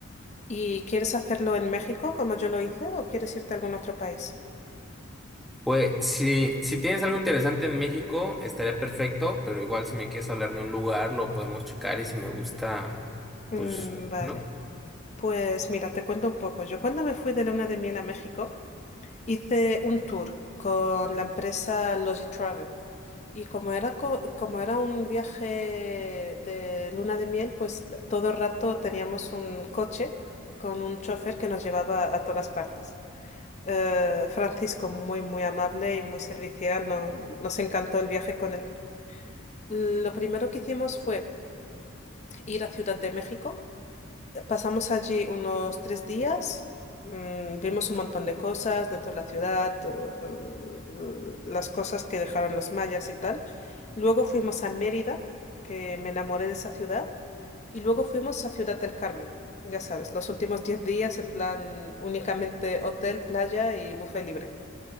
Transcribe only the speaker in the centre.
Pues si, si tienes algo interesante en México, estaría perfecto, pero igual si me quieres hablar de un lugar, lo podemos checar y si me gusta,
pues,
¿no?